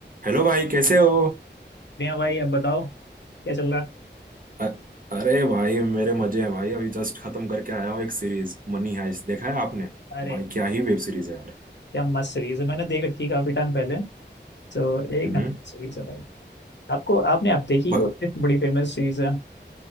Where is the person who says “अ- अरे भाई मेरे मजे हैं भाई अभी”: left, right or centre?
Right